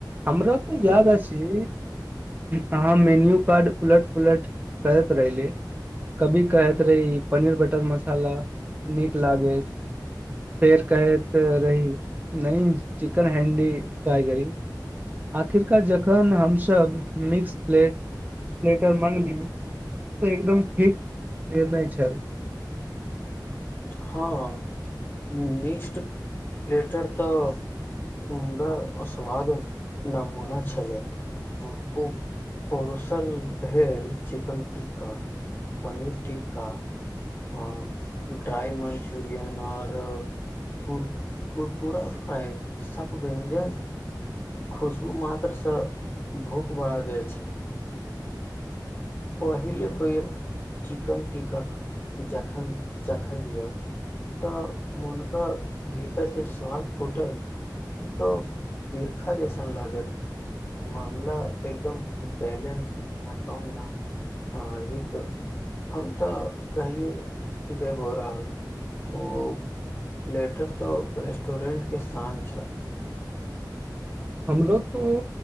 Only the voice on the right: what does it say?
हमरा तऽ याद अछि अहाँ मेन्यू कार्ड उलट पुलट करैत रहली कभी कहैत रही पनीर बटर मसाला नीक लागैत फेर कहैत रही नहि चिकेन हैंडी ्र करी आखिरकारा जखन हमसभ मिक्स प्े पलेटर मगली ओ तऽ एकदम ठीक निर्णय छल
हमलोग तो